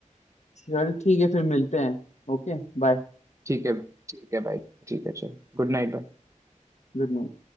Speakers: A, on the left (about 60°); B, on the right (about 25°).
A: चल ठीक है फिर मिलते हैं Okay bye
B: ठीक है ठीक है भाई ठीक है चल गुड नाइट भाई।
A: Good night